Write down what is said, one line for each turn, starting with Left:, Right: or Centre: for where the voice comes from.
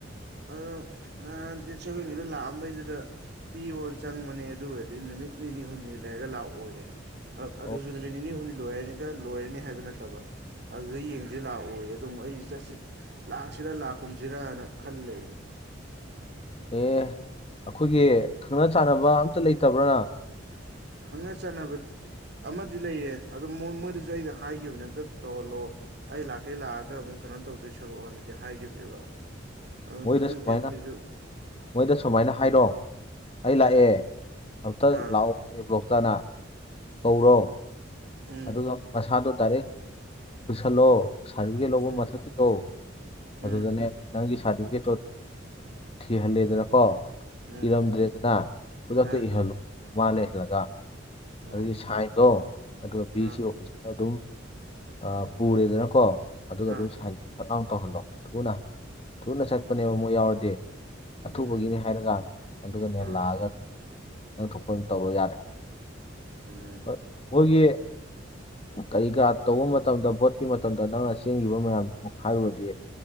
Right: ꯑꯗꯣ ꯅꯍꯥꯟ ꯗꯦꯠ ꯁꯦꯚꯦꯟꯒꯤꯗ ꯂꯥꯛꯑꯝꯕꯩꯗꯨꯗ ꯄꯤꯌꯣꯅ ꯆꯪꯕꯅꯦ ꯑꯗꯨꯒꯗꯤ ꯅꯨꯃꯤꯠ ꯅꯤꯅꯤ ꯍꯨꯝꯅꯤ ꯂꯩꯔꯒ ꯂꯥꯛꯑꯣꯌꯦ ꯑꯛ ꯑꯗꯨꯖꯨ
Left: ꯑꯣ
Right: ꯅꯨꯃꯤꯠ ꯅꯤꯅꯤ ꯍꯨꯝꯅꯤ ꯂꯣꯏꯔꯒ ꯂꯣꯏꯔꯅꯤ ꯍꯥꯏꯕ ꯅꯠꯇꯕ ꯑꯗꯨꯗ ꯌꯦꯡꯖꯦ ꯂꯥꯛꯑꯣꯌꯦ ꯑꯗꯨꯃꯨꯛ ꯑꯩ ꯆꯠꯁꯤ ꯂꯥꯛꯁꯤꯔꯥ ꯂꯥꯛꯀꯨꯝꯖꯤꯔꯅ ꯈꯜꯂꯩꯔꯤꯅꯤ
Left: ꯑꯦ ꯑꯈꯣꯏꯒꯤ ꯈꯪꯅ ꯆꯥꯟꯅꯕ ꯑꯝꯇ ꯂꯩꯇꯕ꯭ꯔꯥ ꯅꯪ
Right: ꯈꯪꯅ ꯆꯅꯥꯕ ꯑꯃꯗꯤ ꯂꯩꯌꯦ ꯑꯗꯨ ꯃꯣ ꯃꯣꯏꯗꯖꯨ ꯑꯩꯅ ꯍꯥꯏꯒꯤꯕꯅꯦ ꯑꯝꯇ ꯇꯧꯍꯜꯂꯣ ꯑꯩ ꯂꯥꯛꯀꯩ ꯂꯥꯛꯑꯒ ꯑꯃꯨꯛ ꯀꯩꯅꯣ ꯇꯧꯗꯣꯏ ꯁꯔꯨꯛꯑꯅꯗꯤ ꯍꯥꯏꯒꯤꯝꯅꯦꯕ ꯑꯗꯣ
Left: ꯃꯣꯏꯗ
Right: ꯈꯪꯗꯦ
Left: ꯁꯨꯃꯥꯏꯅ
Right: ꯃꯣꯏꯖꯨ
Left: ꯃꯣꯏꯗ ꯁꯨꯃꯥꯏꯅ ꯍꯥꯏꯔꯣ ꯑꯩ ꯂꯥꯛꯑꯦ
Right: ꯎꯝ
Left: ꯑꯝꯇ
Right: ꯑꯥ
Left: ꯂꯥꯛꯑꯣ ꯑꯦ ꯕ꯭ꯂꯣꯛꯇꯅ ꯀꯧꯔꯣ
Right: ꯎꯝ
Left: ꯑꯗꯨꯒ ꯃꯁꯥꯗꯣ ꯗꯥꯏꯔꯦꯛ ꯄꯨꯁꯜꯂꯣ ꯁꯥꯔꯇꯤꯐꯤꯀꯦꯠ ꯂꯧꯕ
Right: ꯎꯝ
Left: ꯃꯊꯛꯀꯤꯗꯣ
Right: ꯎꯝ
Left: ꯑꯗꯨꯗꯅꯦ ꯅꯪꯒꯤ ꯁꯔꯇꯤꯐꯤꯀꯦꯠꯇꯣ ꯊꯤꯍꯜꯂꯦꯗꯅ ꯀꯣ
Right: ꯎꯝ
Left: ꯏꯔꯝꯗ꯭ꯔꯦꯗꯅ ꯈꯨꯗꯛꯇ
Right: ꯑꯥ
Left: ꯏꯍꯜꯂꯨ ꯃꯥ ꯂꯩꯍꯜꯂꯒ
Right: ꯑꯣ
Left: ꯑꯗꯨꯒꯤ ꯁꯥꯏꯟꯗꯣ ꯑꯗꯨꯒ ꯕꯤ
Right: ꯑꯥ
Left: ꯁꯤ ꯑꯣꯐꯤꯁꯇ ꯑꯗꯨꯝ ꯑꯥ ꯄꯨꯔꯦꯗꯅꯀꯣ ꯑꯗꯨꯒ
Right: ꯑꯥ
Left: ꯑꯗꯨꯝ ꯁꯥꯏꯟ ꯊꯛꯂꯥꯎ ꯇꯧꯍꯜꯂꯣ ꯊꯨꯅ ꯊꯨꯅ
Right: ꯎꯝ
Left: ꯆꯠꯄꯅꯦꯕ ꯃꯣꯏ ꯌꯥꯎꯔꯗꯤ ꯑꯊꯨꯕꯒꯤꯅꯦ
Right: ꯎꯝ
Left: ꯍꯥꯏꯔꯒ ꯑꯗꯨꯒꯅꯦ
Right: ꯑꯥ
Left: ꯂꯥꯛꯑꯒ ꯅꯪ ꯊꯣꯛꯄ ꯑꯗꯨꯝ ꯇꯧꯒ꯭ꯔꯣ ꯌꯥꯔꯦ
Right: ꯎꯝ
Left: ꯑꯥ ꯃꯣꯏꯒꯤ ꯀꯔꯤ ꯀꯔꯥ ꯇꯧꯕ ꯃꯇꯝꯗ ꯚꯣꯠꯀꯤ ꯃꯇꯝꯗ ꯅꯪꯅ ꯆꯦꯟꯒꯤꯕ ꯃꯌꯥꯝꯗꯨ ꯍꯥꯏꯔꯨꯔꯗꯤ